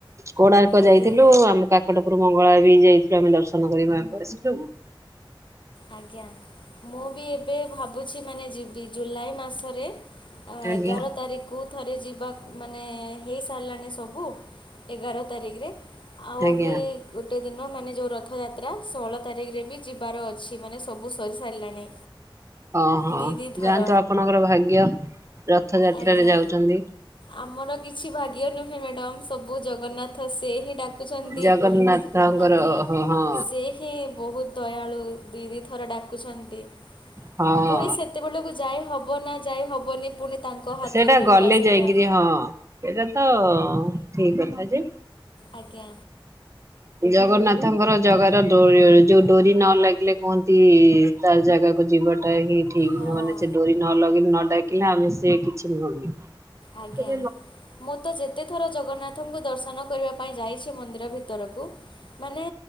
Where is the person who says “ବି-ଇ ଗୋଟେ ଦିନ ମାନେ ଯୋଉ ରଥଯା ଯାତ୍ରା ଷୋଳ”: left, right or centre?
Left